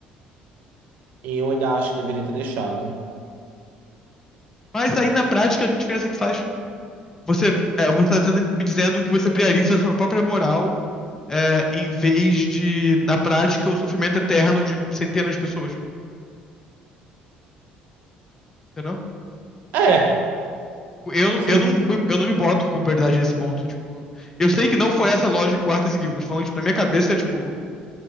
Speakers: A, on the right; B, on the left.
A: E eu ainda acho que deveria ter deixado.
B: Mas aí na prática, que diferença que faz? Você, é, você tá dizendo- me dizendo que você prioriza a sua própria moral, é, em vez de, na prática, o sofrimento eterno de centenas de pessoas, entendeu?
A: É,
B: Eu,
A: sim.
B: eu, não, eu não me boto com prioridade nesse ponto, tipo... Eu sei que não foi essa lógica que o Arthur seguiu, mas falando, tipo, na minha cabeça, tipo...